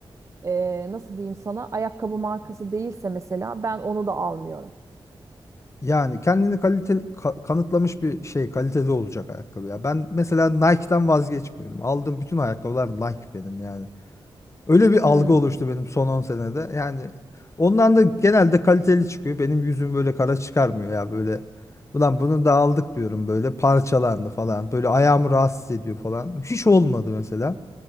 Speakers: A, on the right; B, on the left.
A: e, nasıl diyeyim sana ayakkabı markası değilse mesela ben onu da almıyorum.
B: yani kendini kaliteli ka- kanıtlamış bir şey kaliteli olacak ayakkabı ya. Ben mesela Nike'dan vazgeçmiyorum. Aldığım bütün ayakkabılar Nike benim yani. Öyle bir
A: Hmm,
B: algı oluştu benim son 10 senede. Yani ondan da genelde kaliteli çıkıyor. Benim yüzüm böyle kara çıkarmıyor ya böyle. Ulan bunu da aldık diyorum böyle parçalandı falan. Böyle ayağımı rahatsız ediyor falan. Hiç olmadı mesela.